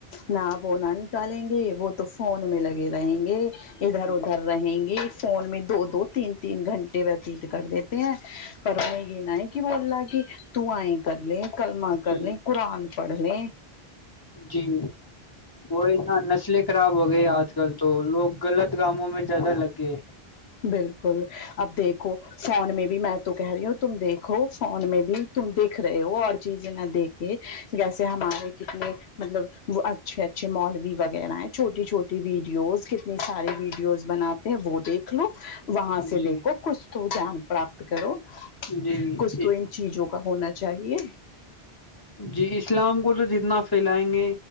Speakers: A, on the left; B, on the left.
A: نہ وہ نہ نکالیں گے وہ تو فون میں لگے رہیں گے ادھر
B: جی
A: ادھر رہیں گے فون میں دو دو تین تین گھنٹے وتیت کر دیتے ہیں پھر ان میں یہ نہ ہے کہ وہ اللہ کی دعیں کر لیں کلما کر
B: جی
A: لیں قرآن پڑھ لے
B: جی وہی نا نسلیں خراب ہو گئی آج کل تو لوگ غلط کاموں میں جیادہ لگ گئے
A: بالکل اب دیکھو فون میں بھی میں تو کہہ رہی ہوں تم دیکھو فون میں بھی تم دیکھ رہے ہو اور چیزیں نہ دیکھ جیسے ہمارے کتنے مطلب وہ اچھے اچھے مال بھی وغیرہ ہیں چھوٹی چھوٹی ویڈیوز کتنی ساری ویڈیوز بناتے ہیں وہ دیکھ لو وہاں سے
B: جی
A: دیکھو کس دان پراپت کرو
B: جی
A: کسو ان چیزوں کا ہونا چاہیے
B: جی اسلام کو تو جتنا پھیلیں گے